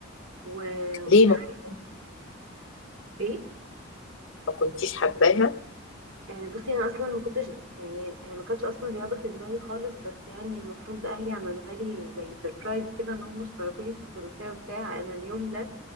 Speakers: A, on the right (about 90°); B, on the left (about 70°).
A: و... وساعات
B: ليه ما
A: ايه
B: ما كنتيش حباها
A: آه بصي انا اصلا ما كنتش يعني يعني ما كانتش اصلا رياضة في دماغي خالص بس يعني المفروض اهلي عملوها لي زي سربرايز كده ان هم اشتركوا لي في الفروسية وبتاع انا اليوم ده